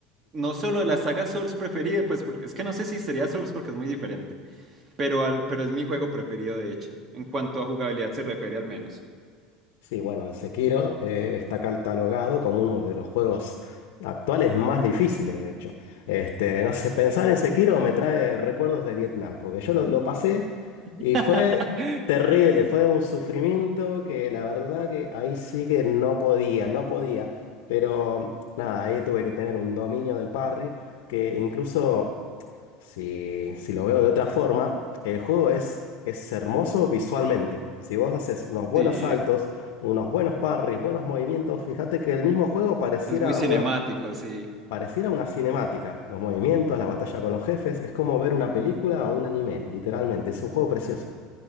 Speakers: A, on the right; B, on the left.
A: no solo de la saga Souls preferido, pues porque es que no sé si sería Souls porque es muy diferente, pero, al, pero es mi juego preferido de hecho, en cuanto a jugabilidad se refiere al menos.
B: Sí, bueno, Sekiro eh, está catalogado como uno de los juegos actuales más difíciles, de hecho. Este, no sé, pensar en Sekiro me trae recuerdos de Vietnam, porque yo lo, lo pasé y
A: <laughs>
B: fue terrible, fue un sufrimiento que la verdad que ahí sí que no podía, no podía. Pero nada, ahí tuve que tener un dominio del parry que incluso... Si, si lo veo de otra forma, el juego es, es hermoso visualmente. Si vos haces unos buenos
A: Sí,
B: saltos, unos buenos parries, buenos movimientos, fíjate que el mismo juego pareciera
A: es muy cinemático,
B: una,
A: sí.
B: pareciera una cinemática. Los movimientos, la batalla con los jefes, es como ver una película o un anime, literalmente. Es un juego precioso.